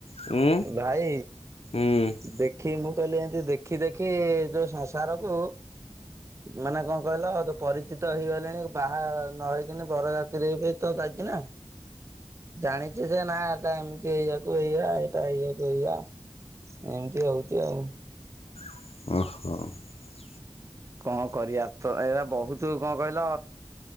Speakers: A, on the left; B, on the right.
A: ହୁଁ
B: ଭାଇ
A: ହୁଁ
B: ଦେଖି ମୁଁ। କହିଲେ ଏମତି ଦେଖି ଦେଖି ଯୋଉ ସଂସାରକୁ ମାନେ କଣ କହିଲ ତ ପରିଚିତ ହେଇଗଲେଣି ବାହା ନ ହେଇ ଦିନ ବରଯାତ୍ରୀ ବି ଯାଇଥିଲେ ବି ତ ଯାଇଛି ନା ଜାଣିଛି। ନା ଏଇଟା ଏମିତି ଏଇଆକୁ ଏଇଆ ଏଇଟା ହେଇଆକୁ ଏଇଆ ଏମିତି ହଉଛି ଆଉ।
A: <inaudible>
B: କଣ କରିବା ତ ଏ ବହୁତ କଣ କହିଲ